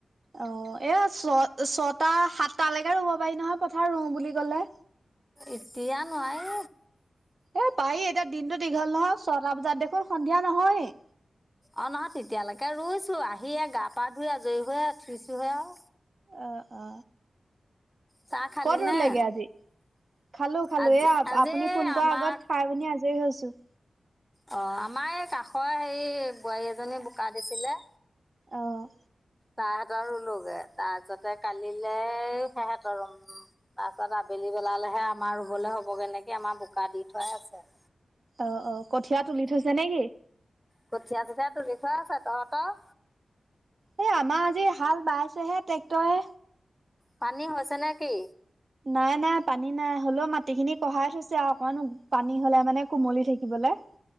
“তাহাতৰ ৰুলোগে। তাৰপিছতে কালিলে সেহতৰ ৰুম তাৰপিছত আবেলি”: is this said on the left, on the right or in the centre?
Centre